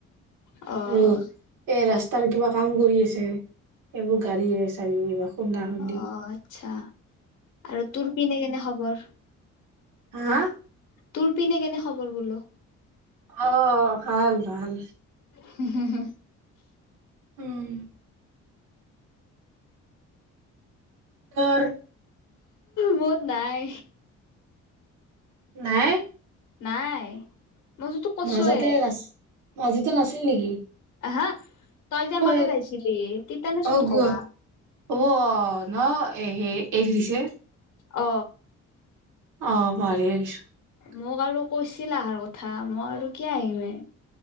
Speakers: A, on the left; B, on the right.
A: অ',
B: আৰু এই ৰাস্ত তাৰ কিবা কাম কৰি আছে এইেইবোৰ গাড়ীয়ে চাৰ বা উন্দ হ
A: অ', আচ্ছা আৰু তোৰ পিনে কেনে খবৰ
B: হা
A: তোৰ পিনে কেনে খবৰ গলো
B: অঁ খ ভাল
A: হম হুম হু
B: উম ঘৰ
A: মত নাই
B: নাই
A: নাই মইতো তোক কৈছোৱে
B: মাজতে নাছিল মাজতে নাছিল নেকি
A: আহা তই যে
B: অ
A: মাটত আহাইছিলি তিতানচোন
B: অ গু
A: কলা
B: অ ন এ হে এৰি দিছে
A: অ
B: আহ ভালি আ। <unintelligible>
A: মোক আৰু কৈছিল আহাৰ কথা মই আৰু কি আহিম এ।